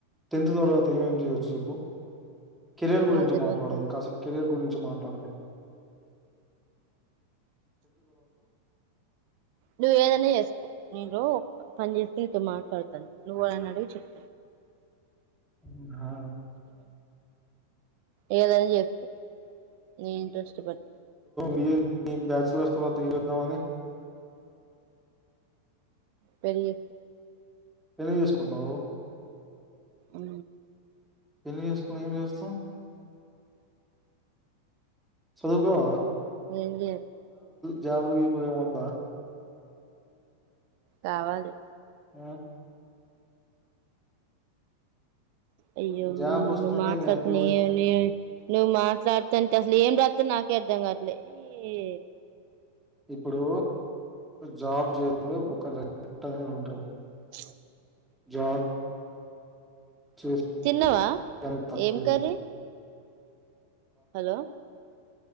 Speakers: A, in the centre; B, on the right.
A: త ఇ తేమం చచ్చ చెప్ప కెరీర్ గురించి
B: నాకు తెలవట్లేదు
A: మాట్లాడదాం కాసపు కెరీర్ గురించి మాట్లాడదం
B: నువ్వ ఏదన్నా చేసుకో నరు పని చేేసి నీతో మాట్లాడతాను నువ్వు అన్నాడువి చెప్
A: అ ఆా
B: ఏదనా చేస్త నే ఇంట ఇష్టపడి
A: బిఏ ని బ్యాచలర్స్ త తియగిేద్దామని
B: పెరి
A: ఎలిం చేసుకుంటావు
B: అ
A: ఎన్ని చేసుకుని ఏం చేస్తా చదువుకోవా
B: ఏ్య
A: జబలుకిప్పులే ఉా
B: కావాలి
A: ఆ
B: అయ్యో
A: జాబ్ వస్తేనే
B: ను మాట్లాతునే
A: వాల్యూ ఉంటుంది
B: నీ నువ్వు మాట్లాడుత అంటే అసలు ఏం రాస్త నాకే అర్ధం కాట్లే ఎ
A: ఇప్పుడు జాబ్ చేస్తే ఒక రెస్పెక్ట్ అనేది ఉంటది
B: <inaudible>
A: జాబ్ చేస్తే
B: తిన్నావా
A: దానికి తక్కువ
B: ఏం
A: ఉంటుంది.
B: కర్రీ హలో